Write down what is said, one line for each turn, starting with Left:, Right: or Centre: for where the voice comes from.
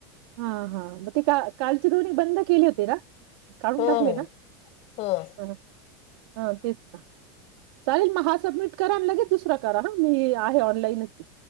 Right: हा, हा मग ते का कालचे दोन्ही बंद केले होते ना? काढून
Left: हो
Right: टाकले ना?
Left: हो हो
Right: हं हा हा तेच ना. चालेल मग हा सबमिट करा आणि लगेच दुसरा करा ह मी आहे ऑनलाईनच आहे.